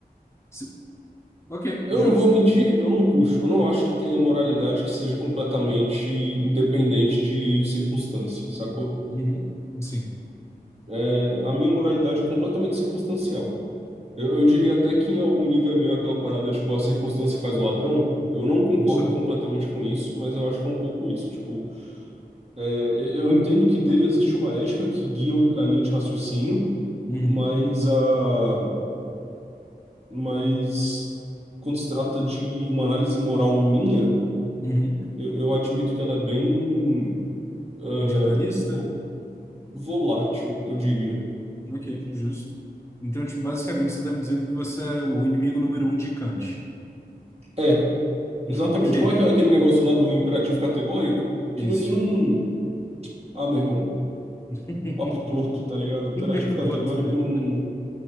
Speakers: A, on the left; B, on the right.
A: Se- ok,
B: Eu
A: justo.
B: não vou mentir, eu não puxo. Eu não acho que tenha moralidade que seja completamente independente de circunstância, sacou?
A: Uhum. Sim,
B: É, a minha moralidade é completamente circunstancial. Eu, eu diria até que em algum nível é meio aquela parada, tipo, a circunstância faz o ladrão. Eu não concordo
A: só.
B: completamente com isso, mas eu acho que é um pouco isso. Tipo, é, eu eu entendo que deve existir uma ética que guia o- a linha de raciocínio,
A: Uhum.
B: mas a, mas quando se trata de uma análise moral minha,
A: Uhum.
B: eu, eu admito que ela é bem, ah,
A: Individualista?
B: vo- volátil, eu diria.
A: Ok, justo. Então, tipo, basicamente, você está me dizendo que você é o inimigo número um de Kant.
B: É.
A: <laughs>
B: Exatamente.
A: Ok,
B: Como é que é aquele negócio lá do imperativo categórico?
A: isso.
B: Aquilo ali não. Ah, meu irmão,
A: <laughs>
B: papo torto, tá ligado? Imperativo
A: Eu
B: categórico
A: boto fé.
B: não.